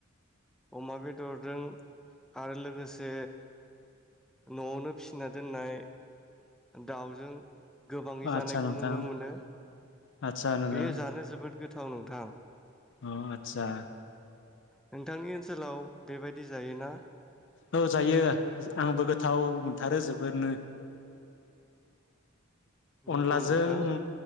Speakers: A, in the centre; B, on the left (about 60°).
A: अमा बेदरजों आरो लोगोसे न'आवनो फिसिना दोननाय दाउजों गोबाङै
B: आदसा
A: जानायखौ
B: नोंथां
A: नुनो मोनो
B: आदसा नोंथां
A: बे जानो जोबोद गोथ गोथाव नोंथां
B: अ आतसा
A: नोंथांनि ओनसोलाव बेबायदि जायोना
B: औ जायो आंबो गोथाव मोनथारो जोबोरनो
A: नंगौ
B: अनलाजों
A: नोंथां